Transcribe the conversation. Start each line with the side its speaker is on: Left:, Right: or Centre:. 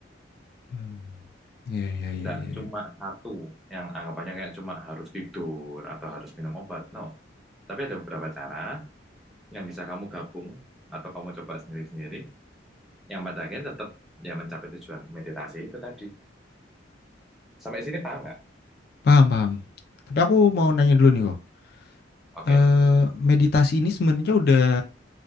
Left: Hmm. Iya, iya,
Centre: Enggak,
Left: iya, iya.
Centre: cuma satu yang anggapannya kayak cuma harus tidur atau harus minum obat. No. Tapi ada beberapa cara yang bisa kamu gabung atau kamu coba sendiri-sendiri yang pada akhirnya tetap ya mencapai tujuan meditasi itu tadi. Sampai sini paham nggak?
Left: Paham, paham. Tapi aku mau nanya dulu nih kok.
Centre: Oke.
Left: Eh, meditasi ini sebenarnya udah